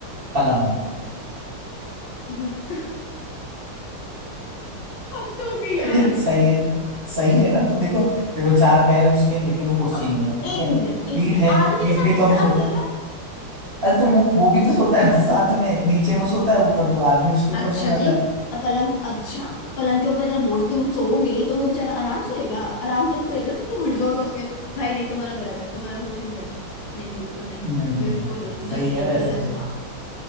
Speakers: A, on the right (about 40°); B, on the left (about 70°).
A: पलंग
B: बहुत हद हो गई
A: <laughs>
B: यार
A: सही है ना सही है ना तो देखो देखो चार पैर है उसके लेकिन वो कुर्सी
B: तो
A: नहीं है ठीक
B: एक
A: है
B: मिनट
A: पीठ
B: एक मिनट
A: है
B: आदमी
A: पीठ
B: के साथ
A: पे ही तो
B: कैसे
A: हम
B: सलाम
A: सोते
B: करेगा
A: हैं अरे तो वो वो भी तो सोता है ना साथ में नीचे वो सोता है ऊपर वो आदमी उसके ऊपर
B: अच्छा
A: सो जाता
B: जी
A: है
B: अ, पलंग अच्छा पलंग के ऊपर इतना बोझ तुम सोओगे तो वो बेचारा आराम सोएगा आराम तब करेगा ना तब तुम उठ जाओगे उसके भाई नहीं तुम्हारा गलत है तुम्हारा क्वेश्चन गलत था नहीं बिल्कुल नहीं
A: नहीं नहीं
B: बिल्कुल
A: नहीं
B: नहीं
A: सही
B: जी नहीं
A: है वैसे
B: गलत
A: तो
B: था